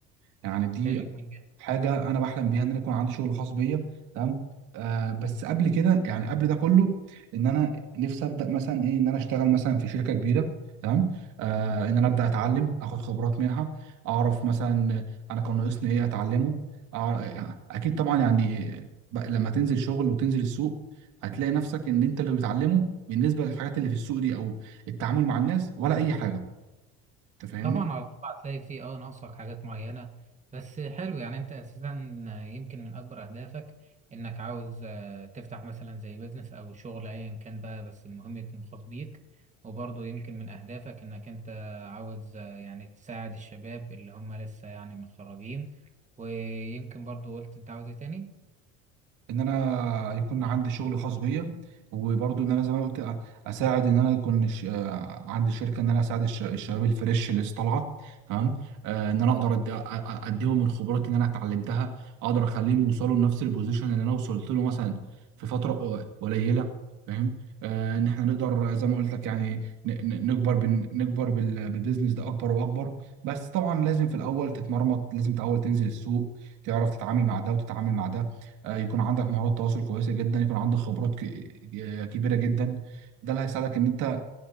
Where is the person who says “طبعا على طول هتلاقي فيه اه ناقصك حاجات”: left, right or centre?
Right